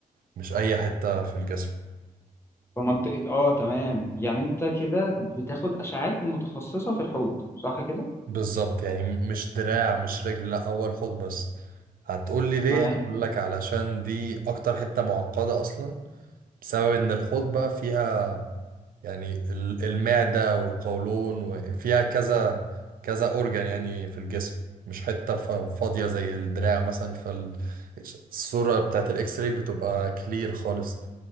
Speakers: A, on the right (about 80°); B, on the left (about 15°).
A: مش اي حتة في الجسم
B: في منطقه اه تمام يعني انت كده بتاخد اشعاعات متخصصه في الحوض صح كده
A: بالظبط يعني م- مش دراع مش رجل لا هو الحوض بس هتقول لي ليه
B: تمام
A: هقول لك علشان دي اكتر حتة معقدة اصلا بسبب ان الحوض بقى فيها يعني ال- المعدة والقولون وفيها كذا كذا اورجان يعني في الجسم مش حتة ف- فاضية زي الدراع مثلا فالصورة بتاعت الاكس راي بتبقى كلير خالص